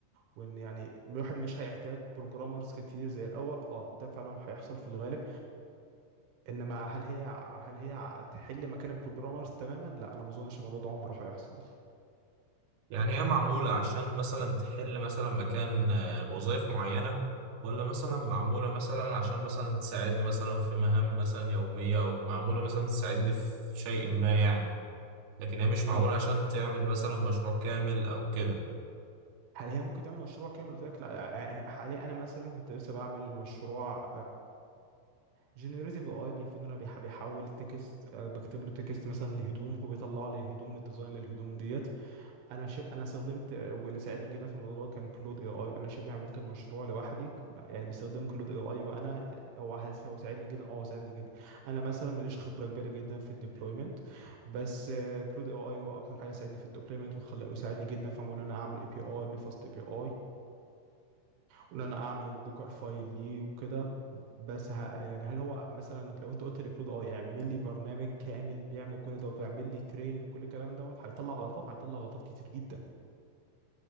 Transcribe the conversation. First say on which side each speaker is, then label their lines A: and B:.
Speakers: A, on the right; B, on the right.
A: وان يعني الواحد مش هيحتاج بروجرامرز كتير زي الاول اه ده فعلا هيحصل في الغالب انما هل هي هل هي هتحل مكان البروجرامرز تماما لا انا ما اظنش الموضوع ده عمره هيحصل
B: يعني هي معمولة عشان مثلا تحل مثلا مكان آه، وظائف معينة ولا مثلا معمولة مثلا عشان مثلا تساعدني مثلا في مهام مثلا يومية أو معمولة مثلا تساعدني في شيء ما يعني لكن هي مش معمولة
A: هي
B: عشان تعمل مثلا مشروع كامل أو كده
A: هل هي ممكن تعمل مشروع كامل قلت لك لا يعني حاليا انا مثلا كنت لسه بعمل مشروع جنريتيف اي المفروض ان انا بيح- بيحول تكست بكتب له تكست مثلا لهدوم هو بيطلع لي الهدوم الديزاين للهدوم ديت انا شبه انا استخدمت واللي ساعدني جدا في الموضوع ده كان كلود اي اي انا شبه عملت المشروع لوحدي يعني باستخدام كلود اي اي وانا هو هو ساعدني جدا اه هو ساعدني جدا انا مثلا ماليش خبره كبيره جدا في الديبلويمنت بس كلود اي اي هو اكتر حاجه ساعدني في الديبلويمنت وخلى وساعدني جدا في ان انا اعمل اي بي اي بفاست اي بي اي وان انا اعمل الدوكر فايل ليه وكده بس ه... يعني هل هو مثلا لو انت قلت لكلود اي اعمل لي برنامج كامل بيعمل كل دوت ويعمل لي ترين لكل الكلام دوت هيطلع غلطات هيطلع غلطات كتير جدا